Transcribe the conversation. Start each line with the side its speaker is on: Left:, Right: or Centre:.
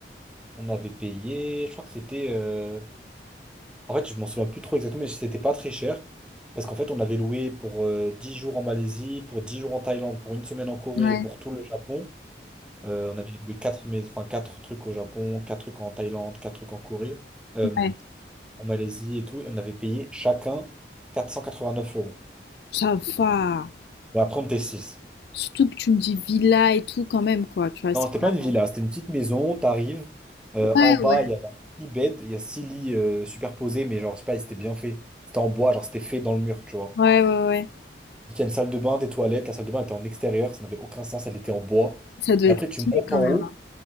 Centre: On avait payé, je crois que c'était euh, En fait, je m'en souviens plus trop exactement, mais c'était pas très cher. Parce qu'en fait, on avait loué pour euh, 10 jours en Malaisie, pour 10 jours en Thaïlande, pour une semaine en Corée
Left: Ouais,
Centre: et pour tout le Japon. Euh, on avait loué 4 mais, enfin, quatre trucs au Japon, 4 trucs en Thaïlande, 4 trucs en Corée, euh,
Left: ouais.
Centre: en Malaisie et tout. Et on avait payé chacun 489 euros.
Left: Ça va.
Centre: Bon, après, on était 6.
Left: Surtout que tu me dis villa et tout quand même, quoi, tu vois. c'est-
Centre: Non, c'était pas une villa, c'était une petite maison. T'arrives, euh,
Left: Ouais,
Centre: en bas,
Left: ouais.
Centre: il y avait 6 beds, il y a 6 lits euh, superposés, mais genre, je sais pas, c'était bien fait. C'était en bois, genre, c'était fait dans le mur, tu vois.
Left: Ouais, ouais, ouais.
Centre: Il y a une salle de bain, des toilettes. La salle de bain était en extérieur, ça n'avait aucun sens, elle était en bois.
Left: Ça doit
Centre: Et
Left: être
Centre: après, tu
Left: stylé
Centre: montes
Left: quand
Centre: en
Left: même.
Centre: haut,
Left: hein.